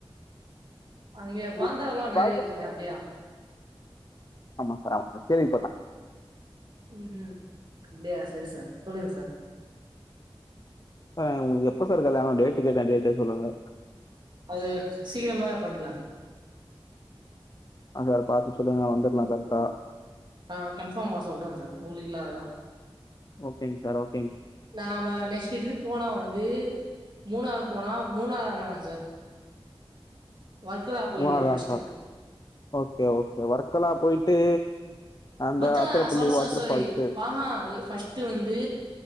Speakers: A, on the left; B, on the right.
A: <inaudible>
B: அங்க பாந்தரல்லா நெறைய இருக்குமா அப்டியா
A: ஆமா சார் ஆமா சார் கேள்வி
B: ம் ம் அப்டியா செரி சார் சொல்லுங்க சார்
A: இப்ப உங்களுக்கு எப்ப சார் கல்யாண டேட்டு கேட்டேன் டேட்டே சொல்லல
B: அது சீக்கிரமாவே பண்ணிட்லா சார்
A: ஆ சார் பாத்து சொல்லுங்க வந்துட்லா கரெக்டா
B: ஆ கன்பார்மா சொல்றேன் சார் உங்களுக்கு இல்லாததா
A: ஓகேங்க சார் ஓகே
B: நாம நெக்ஸ்ட்டு ட்ரிப் போனா வந்து மூணார் போனா மூணார் வேணாம் சார் வர்களா போயிட்லாம்
A: மூணார் தான்
B: பஸ்ட்டு
A: சார் ஓகே ஓகே வர்களா போயிட்டு அந்த
B: வர்களா
A: அத்திரப்பள்ளி
B: சொர் சொர்
A: வாட்டர்
B: சொய்
A: ஃபால்ஸு
B: ஆ ஆ பஸ்ட்டு வந்து